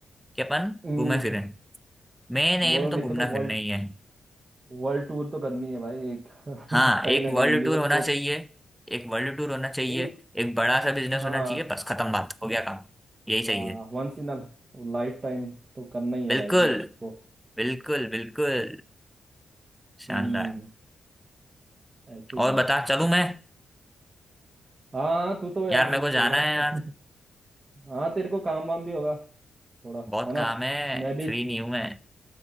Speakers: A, in the centre; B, on the right.
A: कि अपन
B: हम्म,
A: घूमे फिरें मेन एम
B: वो
A: तो
B: मेरे
A: घूमना
B: को तो वर्ल्ड
A: फिरना ही है
B: वर्ल्ड टूर तो करनी है भाई एक
A: हाँ
B: <laughs> कहीं
A: एक
B: ना कहीं
A: वर्ल्ड
B: यूरोप
A: टूर होना चाहिए एक वर्ल्ड टूर होना चाहिए
B: एक
A: एक बड़ा सा बिजनेस
B: हाँ
A: होना चाहिए बस खत्म बात हो गया काम यही चाहिए
B: हाँ Once in a lifetime तो करना ही है
A: बिल्कुल
B: भाई मेरे को
A: बिल्कुल बिल्कुल शानदार
B: हम्म ऐसे ही
A: और
B: है
A: बता
B: बस
A: चलूं मैं
B: हाँ तू तो यार
A: यार मेरे
B: बिजी
A: को जाना
B: होगा
A: है यार
B: <laughs> हाँ तेरे को काम वाम भी होगा थोड़ा
A: बहुत
B: है ना
A: काम है
B: मैं भी
A: फ्री नहीं हूं मैं